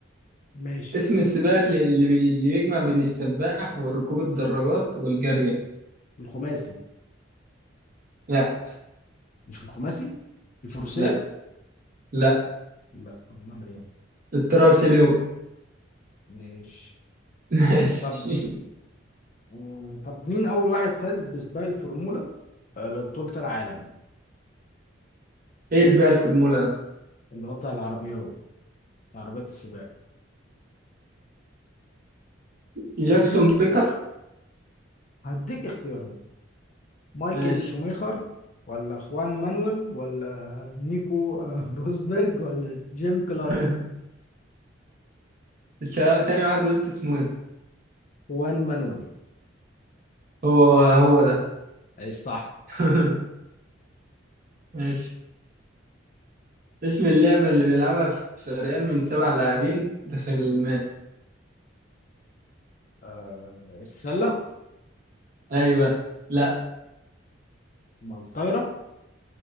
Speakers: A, on the left; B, on the right.
A: ماشي
B: اسم السباق اللي اللي, بي... اللي يجمع بين السباح وركوب الدراجات والجري
A: الخماسي
B: لا
A: مش الخماسي الفروسية
B: لا لا
A: لا والله يعني
B: التراسي اليوم
A: ماشي
B: <laughs> ماشي
A: طب آه، طب مين اول واحد فاز بسباق الفورمولا آه، لبطولة العالم
B: ايه سباق الفورمولا ده
A: اللي هو بتاع العربيات عربيات السباق
B: جاكسون
A: هديك
B: بيكر
A: هديك اختيارات مايكل
B: ماشي
A: شوميخر ولا خوان مانويل ولا نيكو آه، <laughs> روزبرج ولا جيم كلارك
B: <laughs> التا- تاني واحد قلت اسمه ايه
A: خوان مانويل
B: هو هو ده
A: ايش صح
B: <laughs> ماشي اسم اللعبة اللي بيلعبها ف- فريقين من سبع لاعبين داخل الماء
A: آه السلة
B: ايوه لا
A: مع الطايرة